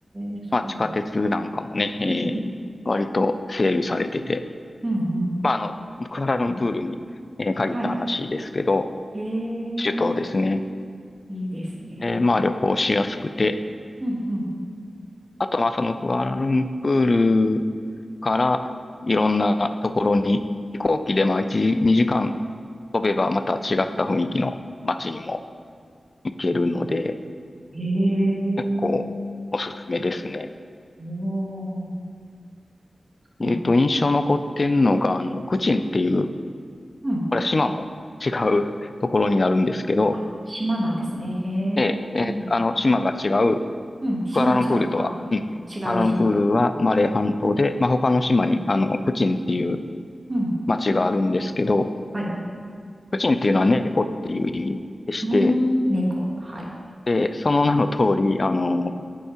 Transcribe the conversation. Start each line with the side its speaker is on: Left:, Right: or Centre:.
Right: え、
Left: まあ、
Right: そう。
Left: 地下鉄なんかもね、
Right: うんうん。
Left: えー割と整備されてて、
Right: うんうん。
Left: まあ、あの、クアラルンプールに、えー限った話ですけど、
Right: はい。へ
Left: 首都ですね。
Right: え、いいですね。
Left: で、まあ、旅行しやすくて、
Right: うんうん。
Left: あと、まあ、そのクアラルンプールからいろんなところに、飛行機でまあ、1、2時間飛べばまた違った雰囲気の街にも行けるので、
Right: へえ、
Left: 結構おすすめですね。
Right: おー、そうだ
Left: えっと、印象残ってんのが、あの、クチンっていう
Right: うん。
Left: これは島も違うところになるんですけど、
Right: あ、島なんですね。へえ。
Left: ええ、えーあの、
Right: うん。
Left: 島が違う、
Right: うん。島が違う。
Left: クアラルンプールとは、
Right: あ、
Left: うん、クアラルンプールはマレー半島で、
Right: 違う島。
Left: まあ、他の島に、あの、クチンっていう
Right: うん。
Left: 町があるんですけど、
Right: はい。
Left: クチンっていうのは猫っていう意味でして、
Right: うーん。猫。はい。
Left: で、その名の通り、あの、